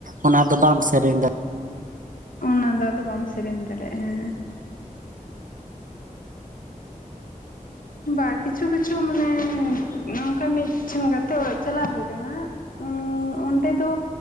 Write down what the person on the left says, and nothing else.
ᱚᱱᱟ ᱫᱚ ᱟᱫᱚ ᱵᱟᱢ ᱥᱮᱨᱮᱧ ᱫᱟᱲᱮᱜᱼᱟ ᱦᱮᱸ ᱦᱮᱸ᱾ ᱵᱟ ᱠᱤᱪᱷᱩ ᱠᱤᱪᱷᱩ ᱢᱟᱱᱮ ᱱᱚᱝᱠᱟ ᱢᱤᱫ ᱴᱷᱮᱱ ᱜᱟᱛᱮ ᱚᱲᱟᱜ ᱪᱟᱞᱟᱣ ᱦᱩᱭ ᱞᱮᱱᱟ᱾ ᱩᱻ ᱚᱸᱰᱮ ᱫᱚ